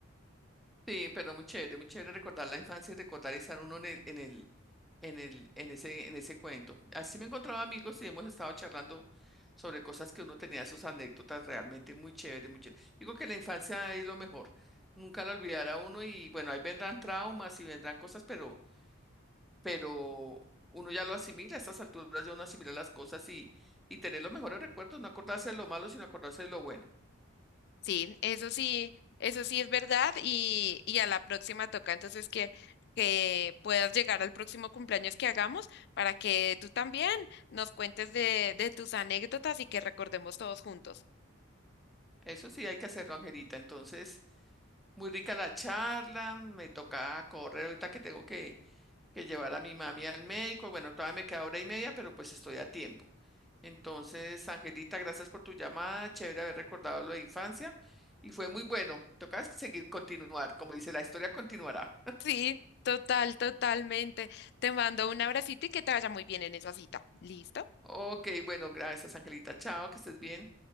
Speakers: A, in the centre; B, on the left.
A: Sí, pero muy chévere, muy chévere recordar la infancia y recordar estar uno en el, en el, en el, en ese, en ese cuento. Así me he encontrado amigos y hemos estado charlando sobre cosas que uno tenía, sus anécdotas realmente muy chévere, muy chévere. Digo que la infancia es lo mejor, nunca la olvidará uno y bueno, ahí vendrán traumas y vendrán cosas, pero, pero uno ya lo asimila, a estas alturas ya uno asimila las cosas y, y tener los mejores recuerdos, no acordarse de lo malo, sino acordarse de lo bueno.
B: Sí, eso sí, eso sí es verdad y, y a la próxima toca. Entonces que, que puedas llegar al próximo cumpleaños que hagamos para que tú también nos cuentes de, de tus anécdotas y que recordemos todos juntos.
A: Eso sí hay que hacerlo, Angelita. Entonces, muy rica la charla, me toca correr ahorita que tengo que que llevar a mi mami al médico. Bueno, todavía me queda hora y media, pero pues estoy a tiempo. Entonces, Angelita, gracias por tu llamada. Chévere haber recordado lo de infancia. Y fue muy bueno. Tocas seguir continuar. Como dice, la historia continuará.
B: Sí, total, totalmente. Te mando un abracito y que te vaya muy bien en esa cita. ¿Listo?
A: Ok, bueno, gracias, Angelita. Chao, que estés bien.